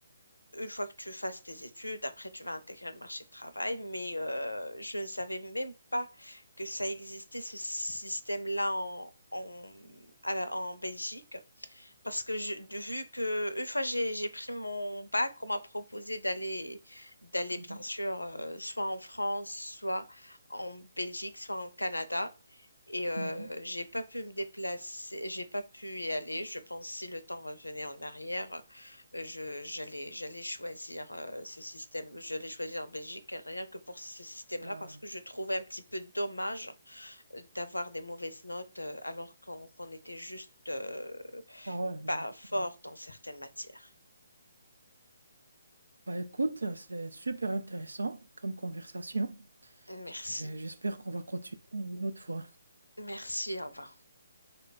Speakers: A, on the left (about 85°); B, on the right (about 75°).
A: une fois que tu fasses tes études, après tu vas intégrer le marché du travail, mais euh, je ne savais même pas que ça existait ce système-là en, en, à la- en Belgique. Parce que je, de- vu que une fois j'ai j'ai pris mon bac, on m'a proposé d'aller d'aller
B: mhm,
A: bien sûr euh, soit en France, soit en Belgique, soit en Canada. Et euh,
B: mhm.
A: j'ai pas pu me déplacer, j'ai pas pu y aller. Je pense si le temps revenait en arrière, euh, je j'allais j'allais choisir euh, ce système. J'allais choisir Belgique rien que pour ce système-là
B: Ah,
A: parce que je trouvais un petit peu dommage euh, d'avoir des mauvaises notes euh, alors qu'on qu'on était juste euh,
B: ah ouais.
A: pas fort
B: ouais.
A: dans certaines matières.
B: Bah, écoute, c'est super intéressant comme conversation.
A: Merci.
B: Et J'espère qu'on va continuer une autre fois.
A: Merci, au revoir.